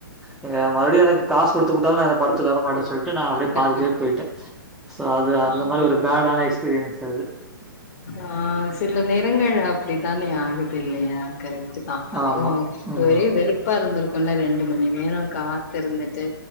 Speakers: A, in the centre; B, on the left.
A: நீங்க மறுபடியு எனக்கு காசு குடுத்து கூப்டாலு நா அந்த படத்துக்கு வர மாட்ட சொல்ட்டு நா அப்டியே
B: கண்டிப்பா.
A: பாதிலயே போயிட்டே சோ அது அந்த
B: ஆமா.
A: மாரி ஒரு பேடான எக்ஸ்பிரியன்ஸ் அது
B: ஆ சில நேரங்கள் அப்டித்தானே ஆகுது இல்லையா கரெக்ட்டுதா அதுவு
A: ஆமா ம்
B: ஒரே வெறுப்பா இருந்திருக்குல்ல ரெண்டு மணி நேர கா த்திருந்துட்டு